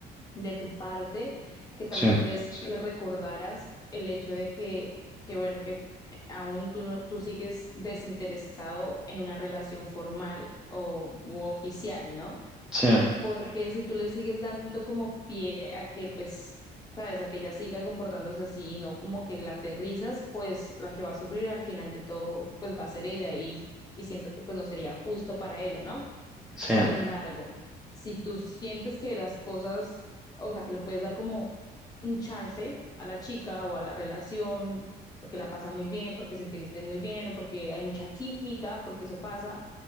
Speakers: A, on the left; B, in the centre.
A: de tu parte que tal
B: sí,
A: vez Sí. le recordaras el hecho de que, que bueno, que aún tú, no- tú sigues desinteresado en una relación formal o u oficial, ¿no?
B: sí,
A: Porque si tú le sigues dando como pie a que, pues, sabes, a que ella siga comportándose así y no como que la aterrizas, pues la que va a sufrir al final de todo, pues va a ser ella y, y siento que pues no sería justo para ella, ¿no?
B: sí,
A: Sin embargo, si tú sientes que las cosas, o sea, que le puedes dar como un chance a la chica o a la relación, porque la pasa muy bien, porque se entienden muy bien o porque hay mucha química, porque eso pasa